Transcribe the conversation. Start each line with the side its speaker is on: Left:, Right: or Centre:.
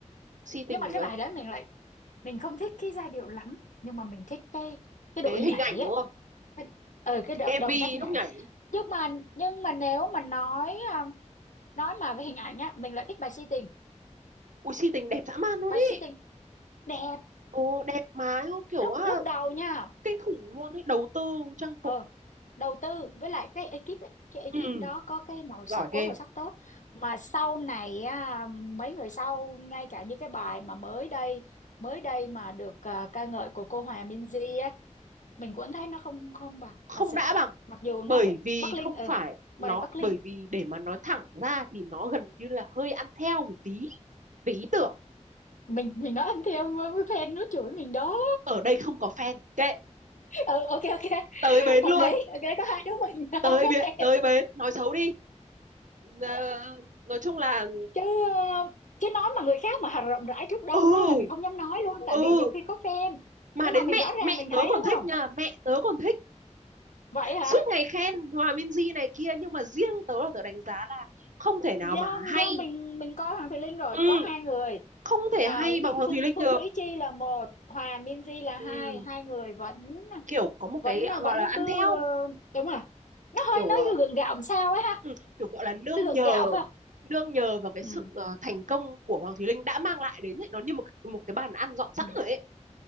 Right: si tình
Left: nhưng mà
Right: thì
Left: cái
Right: là
Left: bài đấy mình lại mình không thích cái giai điệu lắm nhưng mà mình thích cái cái đội
Right: cái hình
Left: nhảy
Right: ảnh
Left: ấy
Right: đúng không
Left: cái- ờ cái động
Right: cái MV
Left: động tác nhảy
Right: lúc nhảy
Left: nhưng mà nhưng mà nếu mà nói à, nói mà về hình ảnh á mình lại thích bài si tình
Right: ui si tình đẹp dã man luôn
Left: bài si
Right: ý
Left: tình đẹp
Right: ồ đẹp mà ô, kiểu
Left: lúc
Right: á,
Left: lúc đầu nha
Right: kinh khủng luôn ấy đầu tư trang
Left: ờ
Right: phục
Left: đầu tư với lại cái ekip ấy, cái ekip
Right: ừ,
Left: đó có cái màu sắc
Right: giỏi
Left: phối
Right: ghê
Left: màu sắc tốt mà sau này á, mấy người sau ngay cả như cái bài mà mới đây mới đây mà được à, ca ngợi của cô Hòa Minzy á mình cũng thấy nó không không bằng
Right: không
Left: thật sự
Right: đã bằng
Left: mặc dù nó
Right: bởi
Left: phải
Right: vì
Left: Bắc Linh
Right: không
Left: ừ
Right: phải
Left: bài
Right: nó
Left: Bắc Linh
Right: bởi vì để mà nói thẳng ra thì nó gần như là hơi ăn theo một tí về ý tưởng
Left: mình mình nói ăn theo với fan nó chửi mình đó
Right: ở đây không có fan kệ
Left: ừ ok ok
Right: tới bến
Left: hợp
Right: luôn
Left: lý ok có hai đứa mình <laughs>
Right: tới
Left: không có
Right: biện
Left: fan
Right: tới bến nói xấu đi Ờ, nói chung là
Left: chứ ờ, chứ nói mà người khác mà hà rộng rãi trước đông
Right: ừ
Left: á là mình không dám nói luôn tại
Right: ừ
Left: vì nhiều khi có fan
Right: mà
Left: nhưng
Right: đến
Left: mà mình
Right: mẹ
Left: rõ ràng
Right: mẹ
Left: mình thấy
Right: tớ còn
Left: đúng
Right: thích
Left: không
Right: nha mẹ tớ còn thích
Left: vậy hả
Right: suốt ngày khen Hòa Minzy này kia nhưng mà riêng tớ là tớ đánh giá là không thể nào
Left: do
Right: mà hay
Left: do mình mình coi Hoàng Thùy Linh rồi
Right: ừ,
Left: có hai người
Right: không thể
Left: Ờ,
Right: hay bằng
Left: cái gì
Right: Hoàng
Left: Phương
Right: Thùy Linh
Left: Phương
Right: được
Left: Mỹ Chi là một Hòa Minzy là hai
Right: ừ,
Left: hai người vẫn
Right: kiểu có một
Left: vẫn
Right: cái à, gọi
Left: vẫn
Right: là ăn
Left: cứ
Right: theo
Left: đúng rồi nó hơi
Right: kiểu
Left: nói
Right: ờ,
Left: gượng gạo làm sao ấy ha
Right: ừ, kiểu gọi là nương
Left: nó gượng
Right: nhờ
Left: gạo phải không
Right: nương nhờ vào cái
Left: ừ,
Right: sự ờ, thành công của Hoàng Thùy Linh đã mang lại đến ấy, nó như một cái- một cái bàn ăn dọn sẵn
Left: ừ.
Right: rồi ấy